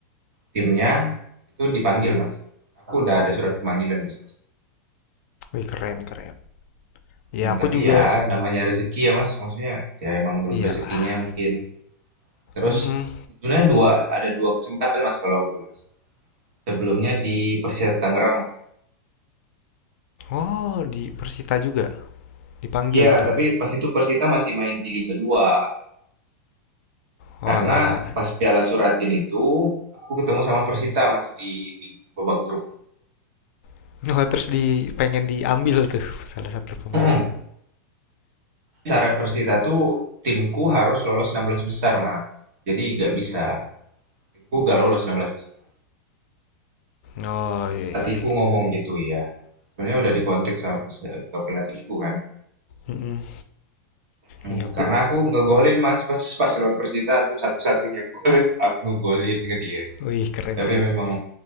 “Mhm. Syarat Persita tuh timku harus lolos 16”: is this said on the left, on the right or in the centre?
Right